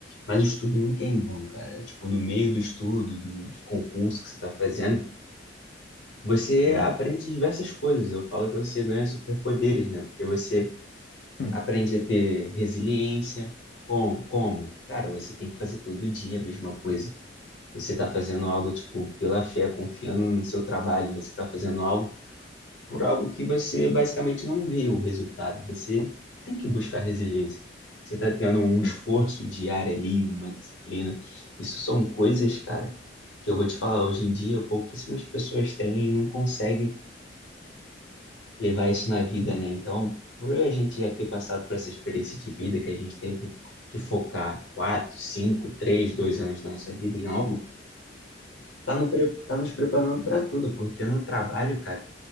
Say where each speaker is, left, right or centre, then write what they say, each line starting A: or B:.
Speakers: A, on the left; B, on the left.
A: mas o estudo nunca é em vão, cara. Tipo, no meio do estudo, do, do concurso que você está fazendo, você
B: Sim.
A: aprende diversas coisas. Eu falo que você ganha superpoderes, né? Porque você
B: <laughs>
A: aprende a ter resiliência. Com, como? Cara, você tem que fazer todo dia a mesma coisa. Você está fazendo algo, tipo, pela fé, confiando no seu trabalho, você está fazendo algo por algo que você basicamente não vê o resultado. Você tem que buscar resiliência. Você está tendo um esforço
B: Hum,
A: diário ali, uma disciplina. Isso são coisas, cara, que eu vou te falar. Hoje em dia, pouquíssimas pessoas têm e não conseguem levar isso na vida, né? Então, por a gente já ter passado por essa experiência de vida que a gente teve que focar quatro, cinco, três, dois anos da nossa vida em algo, tá, no pre- tá nos preparando para tudo, porque no trabalho, cara,